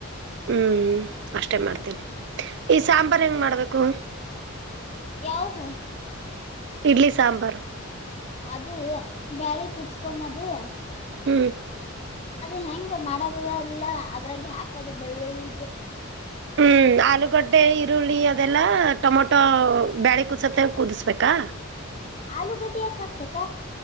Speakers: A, on the right (about 55°); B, on the left (about 30°).
A: ಹೂ ಅಷ್ಟೇ ಮಾಡ್ತೀನಿ ಈ ಸಾಂಬಾರ್ು ಹೆಂಗ್ ಮಾಡ್ಬೇಕು
B: ಯವುದು
A: ಇಡ್ಲಿ ಸಾಂಬಾರ್
B: ಅದು ಬರೆ ಕುತ್ಕೊದು
A: ಹೂ
B: ಅದು ಹೆಂಗ ಮಾಡದದ ಇಲ್ಲ ಅದ್ರಾಗ ಹಾಕದು ಬೆಳ್ಳುಳ್ಳಿ
A: ಹೂ ಹಾಕ್ ಆಲೂಗಡ್ಡೆ ಈರುಳ್ಳಿ ಅದೆಲ್ಲ ಟೊಮೊಟೊ ಬೇಳೆ ಕೂಸತ್ತ ಕುದಿಸ್ಬೇಕಾ
B: ಆಲೂಗಡ್ಡೆ ಯಾಕ ಹಾಕ್ತಕ್ಕ